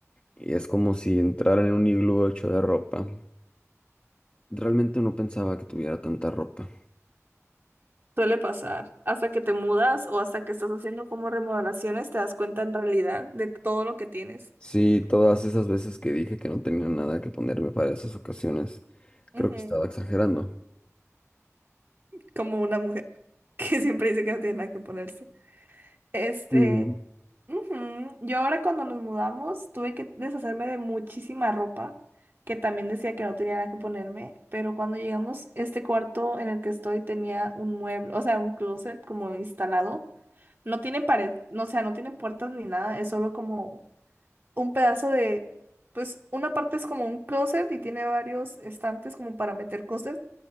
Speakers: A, on the left (about 25°); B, on the right (about 40°).
A: y es como si entrara en un iglú hecho de ropa. Realmente no pensaba que tuviera tanta ropa.
B: Suele pasar. Hasta que te mudas o hasta que estás haciendo como remodelaciones, te das cuenta en realidad de todo lo que tienes.
A: Sí, todas esas veces que dije que no tenía nada que ponerme para esas ocasiones,
B: Ujú.
A: creo que estaba exagerando.
B: Como una mujer <laughs> que siempre dice que no tiene nada que ponerse. Este.
A: Mm,
B: Ujú. Yo ahora cuando nos mudamos tuve que deshacerme de muchísima ropa que también decía que no tenía nada que ponerme, pero cuando llegamos este cuarto en el que estoy tenía un mueble, o sea, un closet como instalado. No tiene pared, no, o sea, no tiene puertas ni nada, es solo como un pedazo de, pues una parte es como un closet y tiene varios estantes como para meter cosas,